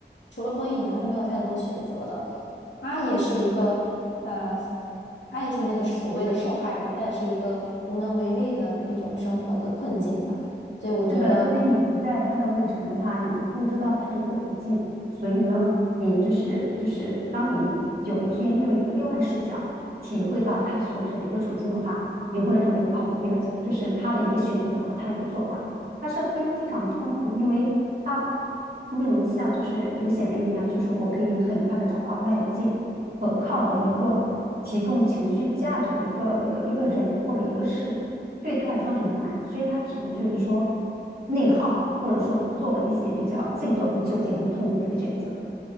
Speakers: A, on the left; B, on the right.
A: 除了婚姻以外，他没有太多的选择的。他也是一个呃，他也是那个所谓的受害者，他也是一个无能为力的一种生活的困境吧。所以我觉得。
B: 是的，因为你不在他的位置的话，你不知道他的一个处境，所以呢，你就是就是当你有一天用一个另外视角体会到他所处的一个处境的话，你会认为啊、我比较就是他的一个选择和他的一个做法他是非非常痛苦，因为他不能像就是有些人一样，就是我可以很快的找到外界可靠的一个提供情绪价值的一个一个一个人或者一个事，对他来说很难，所以他只能就是说内耗，或者说做了一些比较自己都很纠结、很痛苦的一个选择。